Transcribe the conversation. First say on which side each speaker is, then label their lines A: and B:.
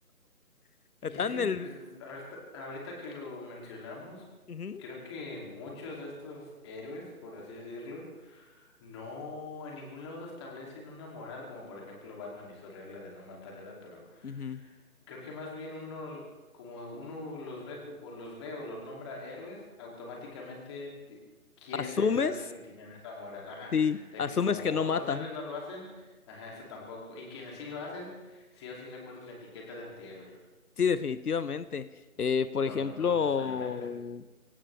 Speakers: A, on the left; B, on the left.
A: <laughs>
B: Y
A: Estaban
B: es que
A: en el...
B: es, ahorita, ahorita que lo mencionamos,
A: Ujú.
B: creo que muchos de estos héroes, por así decirlo, no en ningún lado establecen una moral, como por ejemplo Batman y su regla de no matar edad, pero
A: Ujú.
B: creo que más bien uno, como uno los ve co- o los ve o los nombra héroes, automáticamente ti- quiere
A: ¿Asumes?
B: pensar de que tienen esa moral, ajá,
A: Sí,
B: de
A: asumes
B: que como
A: que no
B: otros
A: mata.
B: héroes no lo hacen, ajá, eso tampoco. Y quienes sí lo hacen, sí o sí le ponen la etiqueta de antihéroe.
A: Sí, definitivamente. Eh, por
B: cuando
A: ejemplo,
B: no necesariamente.